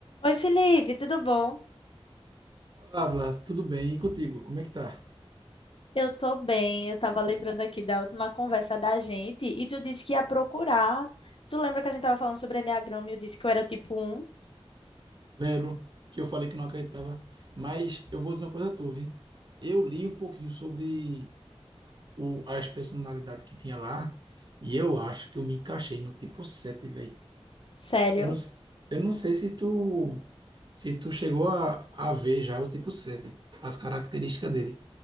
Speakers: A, on the left (about 55°); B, on the right (about 45°).
A: Oi, Felipe, tudo bom?
B: Fala, Vlad, tudo bem? E contigo, como é que tá?
A: Eu tô bem. Eu tava lembrando aqui da última conversa da gente e tu disse que ia procurar. Tu lembra que a gente tava falando sobre enneagrama e eu disse que eu era o tipo um.
B: Lembro que eu falei que não acreditava, mas eu vou dizer uma coisa a tu, vi? Eu li um pouquinho sobre o, as personalidades que tinha lá e eu acho que eu me encaixei no tipo 7 velho.
A: Sério?
B: Eu não, s- eu não sei se tu, se tu chegou a, a ver já o tipo 7, as características dele,